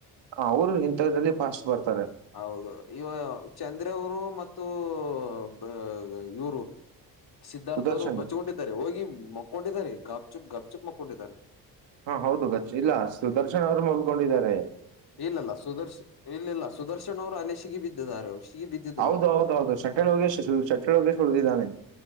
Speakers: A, on the right (about 65°); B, on the left (about 50°).
A: ಹ ಅವ್ರು ಇಂತದ್ರಲ್ಲಿ ಫಾಸ್ಟ್ ಬರ್ತಾರೆ.
B: ಹೌದು ಇವ. ಚಂದ್ರವರು ಮತ್ತು ಬ ಇವ್ರು. ಸಿದ್ಧಾರ್ಥ
A: ಸುದರ್ಶನ್
B: ಅವ್ರು ಬಚ್ಕೊಂಡಿದ್ದಾರೆ ಹೋಗಿ ಮಕ್ಕೊಂಡಿದ್ದಾರೆ ಗಪ್ ಚುಪ್ ಗಪ್ಚುಪ್ ಮಕ್ಕೊಂಡಿದ್ದಾರೆ.
A: ಹಾ ಹೌದು ಗಚ್ ಇಲ್ಲ ಸುದರ್ಶನ್ ಅವ್ರು ಮಕ್ಕೊಂಡಿದ್ದಾರೆ.
B: ಇಲ್ಲಲ್ಲ ಸುದರ್ಶನ್ ಇಲ್ಲಿಲ್ಲ ಸುದರ್ಶನ್ ಅವ್ರು ಅಲ್ಲೇ ಸಿಗಿ ಬಿದ್ದಿದ್ದಾರೆ ಅವ್ರು ಸಿಗಿ ಬಿದ್ದಿದ್ರು
A: ಹೌದು
B: ಅವ್ರು.
A: ಹೌದು <unintelligible> ಹೇಳ್ ಹೋಗಿ <unintelligible> ಉಳದಿದಾನೆ.